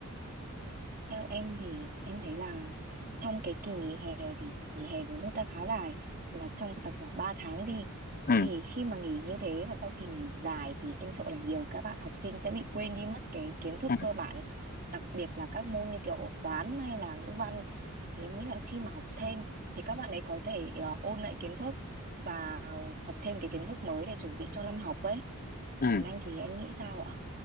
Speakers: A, on the right (about 40°); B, on the left (about 40°).
A: Theo em thì em thấy là trong cái kỳ nghỉ hè thì nghỉ hè của nước ta khá dài là trong tầm khoảng 3 tháng đi
B: ừ
A: thì khi mà nghỉ như thế và sau kỳ nghỉ dài thì em sợ là nhiều các bạn học sinh sẽ bị quên đi mất cái kiến thức
B: ừ
A: cơ bản đặc biệt là các môn như kiểu toán hay là ngữ văn thì em nghĩ là khi mà học thêm thì các bạn ấy có thể ờ, ôn lại kiến thức và học thêm cái kiến thức mới để chuẩn bị cho năm học ấy
B: ừ
A: còn anh thì anh nghĩ sao ạ?